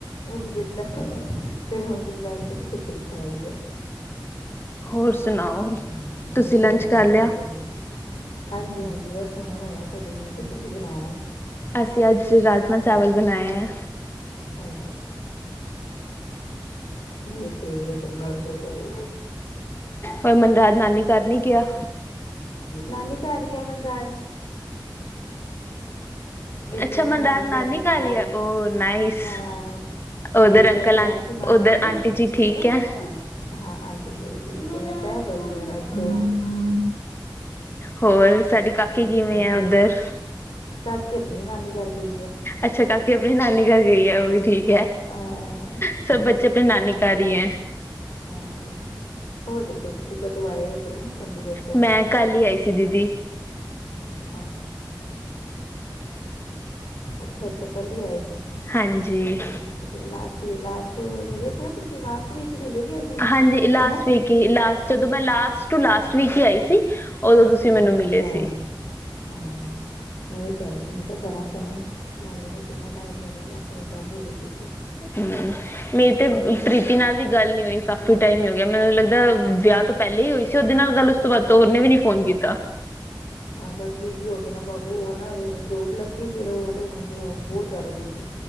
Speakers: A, on the left; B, on the left.
A: ਉਹ ਵੀ ਦਿੱਤਾ ਫੇਰ ਹੁਣ ਲਾਸਟ ਇਚ ਖਿਚੜੀ ਖਾਈ ਹੈ।
B: ਹੋਰ ਸ ਸੁਣਾਓ
A: ਬਸ
B: ਤੁਸੀਂ ਲੰਚ ਕਰ ਲਿਆ?
A: ਵਧੀਆ ਵਧੀਆ ਹਾਂਜੀ ਹਾਂਜੀ ਬਸ ਹੁਣੇ ਹੋਆ ਸਾਡਾ ਲੰਚ, ਤੁਸੀ ਕੀ ਬਣਾਇਆ? ਅੱਜ
B: ਅਸੀਂ ਅੱਜ ਰਾਜਮਾਂ ਚਾਵਲ ਬਣਾਏ ਹੈ।
A: ਆਏ ਮੇਰੇ ਫੇਵਰੇਟ ਏ ਮਰਦ ਚਾਵਲ।
B: ਹੋਰ ਮਨਰਾਜ ਨਾਨੀ ਘਰ ਨੀ ਗਿਆ?
A: ਨਾਨੀ ਘਰ ਨੀ ਗਿਆ ਮਨਰਾਜ। ਦਿੱਲੀ
B: ਅੱਛਾ ਮਨਰਾਜ
A: ਆ
B: ਨਾਨੀ
A: ਹੀ ਮਨਰਾਜ
B: ਘਰ ਈ ਹੈ ਉਹ ਨਾਈਸ,
A: ਅਹ,
B: ਓਧਰ
A: ਤੇ
B: ਅੰਕਲ
A: ਕੱਲ ਗਿਆ
B: ਆਂ
A: ਸੀ ਮਾਸੀ
B: ਓਧਰ
A: ਓਏ। ਘਰ
B: ਆਂਟੀ ਜੀ ਠੀਕ
A: ਤੇਰਾ
B: ਹੈ?
A: ਫੋਨ ਕਾ ਹਾਂ ਆਂਟੀ ਜੀ ਠੀਕ ਐ। ਸ ਵਧੀਆ ਨੇ ਓਥੇ।
B: ਹੋਰ ਸਾਡੀ ਕਾਕੀ ਕਿਵੇਂ ਆ
A: ਫਿਰ
B: ਓਧਰ?
A: ਕਾਕੀ ਆਪਣੀ ਨਾਨੀ ਘਰ ਗਈ ਹੈ।
B: ਅੱਛਾ ਕਾਕੀ ਆਪਣੀ ਨਾਨੀ ਘਰ ਗਈ ਹੈ ਉਹ ਵੀ ਠੀਕ।
A: ਅਹ,
B: ਸਭ
A: ਕਾਕੀ
B: ਬੱਚੇ
A: ਆਪਣੀ
B: ਅਪਣੀ ਨਾਨੀ ਘਰ ਹੀ
A: ਗਈ
B: ਹੈ।
A: ਅਹ, ਹੋਰ ਦਸੋ ਤੁਸੀ ਕਦੋਂ ਆਏ ਉਧਰੋਂ। ਚੰਡੀਗੜ੍ਹ ਤੋਂ
B: ਮੈਂ ਕੱਲ ਹੀ ਆਈ ਸੀ ਦੀਦੀ।
A: ਅੱਛਾ ਅੱਛਾ ਅੱਛਾ ਕੱਲ ਹੀ ਆਏ ਸੀ।
B: ਹਾਂਜੀ ਜੀ।
A: ਠੀਕ ਹੈ ਲਾਸਟ ਲਾਸਟ ਮਿਲੇ ਸੀ ਨਾ ਤੁਸੀ ਲਾਸਟ ਵੀਕ। ਹੀ ਮਿਲੇ ਸੀ ਅਸੀਂ
B: ਹਾਂਜੀ ਲਾਸਟ
A: ਹੈ ਨਾ
B: ਵੀਕ ਹੀ ਲਾਸਟ ਜਦੋਂ ਮੈਂ ਲਾਸਟ ਟੂ ਲਾਸਟ ਵੀਕ ਹੀ ਆਈ ਸੀ। ਉਦੋਂ ਤੁਸੀਂ ਮੈਨੂੰ
A: ਅੱਛਾ
B: ਮਿਲੇ ਸੀ।
A: ਹਾਂ ਮੈਂ ਓ ਹੀ ਕਿਹ ਰਹੀ ਸੀ ਮੈਂ ਕਿਹਾ ਕਰਾਂ ਫੋਨ ਸਮਾਈਲੀ ਨੂੰ ਕਿੰਨਾ ਟਾਈਮ ਹੋ ਗਯਾ ਮੈਂ ਕੋਈ ਗਲ ਈ ਨਹੀਂ ਕੀਤੀ।
B: ਹੂੰ ਮੇਰੀ ਤੇ ਪ੍ਰੀਤੀ ਨਾਲ ਵੀ ਗੱਲ ਨੀ ਹੋਈ ਕਾਫੀ ਕਾਫੀ ਟਾਈਮ ਹੀ ਹੋ ਗਿਆ ਮੈਨੂੰ ਲੱਗਦਾ ਵਿਆਹ ਤੋਂ ਪਹਿਲੇ ਹੀ ਹੋਈ ਸੀ ਉਹਦੇ ਨਾਲ ਗੱਲ ਉਸ ਤੋਂ ਬਾਅਦ ਉਹਨੇ ਵੀ ਨੀ ਫੋਨ ਕੀਤਾ।
A: ਹਾਂ ਬਸ ਬਿਜ਼ੀ ਹੋ ਗਏ ਨਾ ਬਾਬੂ ਉਹ ਨਾ ਜੋਬ ਲੱਗੀ ਫਿਰ ਉਹ ਤਾਂ ਹੁਣ ਜੋ ਬਹੁਤ ਜ਼ਿਆਦਾ ਬਿਜ਼ੀ